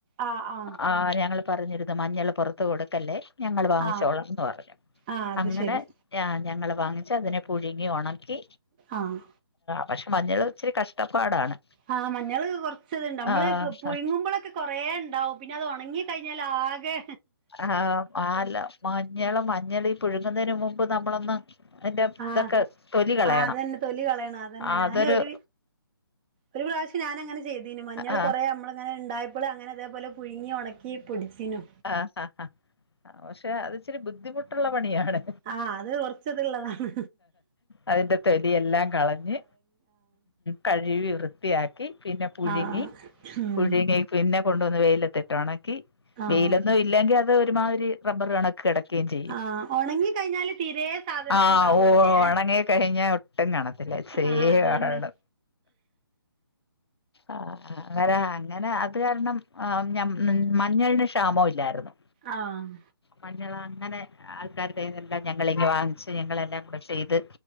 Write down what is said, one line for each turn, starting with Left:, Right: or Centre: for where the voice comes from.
Right: ആ ആ
Left: ആഹ് ഞങ്ങൾ പറഞ്ഞിരുന്നു മഞ്ഞൾ പൊറത്ത് കോടുക്കല്ലെ ഞങ്ങൾ വാങ്ങിച്ചോളാം
Right: ആ
Left: എന്ന് പറഞ്ഞു
Right: ആ അത്
Left: അങ്ങനെ
Right: ശരി
Left: ഞാ ഞങ്ങള് വാങ്ങിച്ചു അതിനെ പുഴുങ്ങി ഒണക്കി
Right: ആഹ്
Left: പക്ഷെ മഞ്ഞൾ ഇച്ചരി കഷ്ടപ്പാടാണ്
Right: ആഹ് മഞ്ഞള് കുറച്ച്ത്ണ്ട് അമ്മള്
Left: ആ
Right: പുഴുങ്ങുമ്പളൊക്കെ കൊറേ ണ്ടാവും പിന്നെ അത് ഉണങ്ങി കഴിഞ്ഞാല് ലാകെ
Left: ആഹ് ആല്ല മഞ്ഞള് മഞ്ഞളീ ഈ പുഴുങ്ങുന്നതിന് മുമ്പ് നമ്മളൊന്ന് അതിന്റെ
Right: ആഹ്
Left: ഇതൊക്കെ തൊലി കളയണം
Right: ആഹ് അതന്നെ തൊലി കളയണം അതന്നെ
Left: അതൊരു
Right: ഞാന് ഒരു ഒരു പ്രാവശ്യം ഞാനങ്ങനെ ചെയ്തീനു മഞ്ഞൾ
Left: ആ
Right: കുറെ നമള് അങ്ങനെ ഇണ്ടായപ്പളെ അങ്ങനെ ഇതെപോലെ പുഴുങ്ങി ഒണക്കി പൊടിച്ചീനു
Left: ആ ഹ ഹാ പക്ഷെ അത് ച്ചിരി ബുദ്ധിമുട്ടുള്ള പണിയാണ്.
Right: ആഹ് അത് കൊറച്ച്ത്ള്ളതാണ്
Left: അതിന്റെ തൊലിയെല്ലാം കളഞ്ഞ് കഴുവി വൃത്തിയാക്കി പിന്നെ പുഴുങ്ങി
Right: ആഹ് ഉം
Left: പുഴുങ്ങി പിന്നെ കൊണ്ടുവന്ന് വെയിലത്തിട്ട് ഒണക്കി
Right: ആഹ്
Left: വെയിലൊന്നും ഇല്ലെങ്കി അത് ഒരുമാതിരി റബ്ബർ കണ ‌ക്കി കിടക്കയും ചെയ്യും
Right: ആഹ് ഒണങ്ങി കഴിഞ്ഞാല് തീരെ സാധനം
Left: ആഹ്
Right: ഇണ്ടാവൂല്ലേ
Left: ഓഹ് ഒണങ്ങി കഴിഞ്ഞ ഒട്ടും കാണത്തില്ല സേ
Right: ആഹ് അതന്നെ
Left: കാണു ആഹ് അങ്ങന അങ്ങന അത് കാരണം അഹ് ഞം മഞ്ഞൾന് ക്ഷാമോം ഇല്ലായിരുന്നു.
Right: ആഹ്
Left: മഞ്ഞളങ്ങനെ ആൾക്കാരുടെയെല്ലാം ഞങ്ങളിങ്ങ് വാങ്ങിച് ഞങ്ങളെല്ലാം കൂടെ ചെയ്ത്